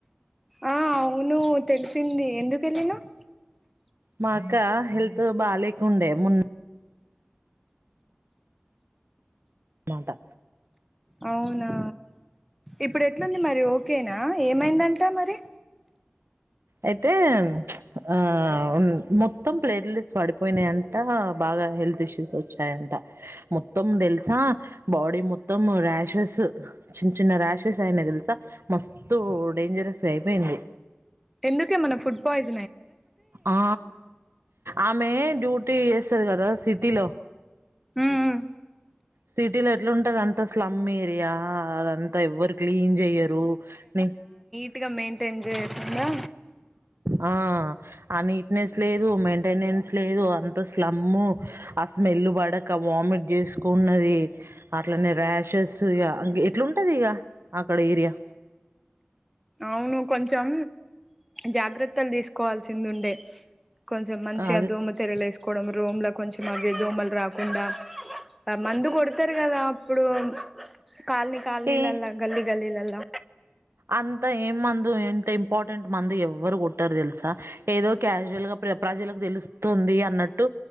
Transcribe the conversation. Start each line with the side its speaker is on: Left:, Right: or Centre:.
Centre: ఆ అవునూ తెలిసిందీ ఎందుకెళ్ళినవ్.
Right: మా అక్కా హెల్త్ బాలేకుండే ముం మాటా
Centre: అవునా ఇప్పుడ్లెట్ ఎట్లుంది మరీ ఓకేనా, ఏమైందంట మరి.
Right: అయితే ప్చ్ ఆ మొత్తం ప్లేట్లెట్స్ పడిపోయినయంటా బాగా హెల్త్ ఇష్యూస్ వచ్చాయంట. మొత్తం తెల్సా బాడీ మొత్తము ర్యాషెస్. చిన్న చిన్న ర్యాషెస్ అయినయ్ తెలుసా. మస్తు డేంజరస్గా అయిపోయింది
Centre: ఎందుకే మన ఫుడ్ పాయిసన్
Right: ఆ ఆమె డ్యూటీ ఇారు కదా సిటీలో
Centre: ఉమ్, ఉమ్.
Right: సిటీలో ఎట్లాంటది అంత స్లమ్ ఏరియా అదంతా ఎవ్వరు క్లీన్ చెయరు న
Centre: పూర్తిగా మెయింటైన్ చేయకుండా
Right: ఆ ఆ నీట్నెస్ లేదు మెయింటెనెన్స్ లేదు అంత స్లమ్ ఆ స్మెల్ పడక వామిట్ చేసుకున్నది అట్లనే ర్యాషెస్ ఇ ఎట్లాంటది ఇక అక్కడ ఏరియా
Centre: అవును కొంచెం జాగ్రత్తలు తీసుకోవాల్సింది ఉండే కొంచెం మంచిగా
Right: అదే
Centre: దోమత తెరలేేసు కూడా రోమ్లో కొంచెం అవి దోమలు రాకుండా మందు కొడతారు కదా అప్పుడు కాలనీ కల్నీలలా
Right: ఏ
Centre: గల్లీ గల్లీలెలా
Right: అంత ఏం మందు ఎంత ఇంపార్టెంట్ మందు ఎవ్వరు కొట్టారు తెలుసా ఏదో క్యాజువల్ గా ప్ర ప్రజలకు తెలుస్తుంది అన్నట్టు